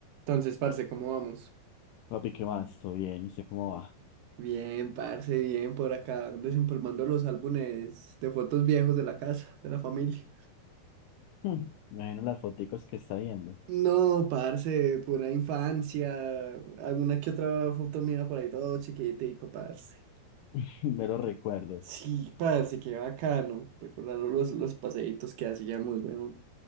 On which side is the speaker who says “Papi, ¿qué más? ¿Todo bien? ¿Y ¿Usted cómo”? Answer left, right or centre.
Left